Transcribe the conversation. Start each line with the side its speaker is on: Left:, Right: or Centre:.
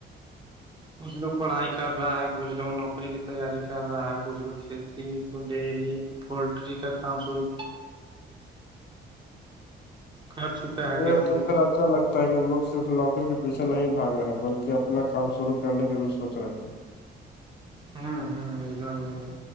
Right: کچھ لوگ پڑھائی کر رہا ہے کچھ لوگ نوکری کی تیاری کر رہا ہے کچھ لوگ کھیتی ڈیری پولٹری کا کام شوع کر چکا
Left: <unintelligible>
Right: ہے کتنا لوگ
Left: اچھا لگتا ہے کہ وہ لوگ صرف نوکری کے پیھے نہیں بھاگ رہے بلکہ اپنا کام شروع کرنے کے بھی سوچ رہے ہیں
Right: ہوں ہوں ایک دم ایکم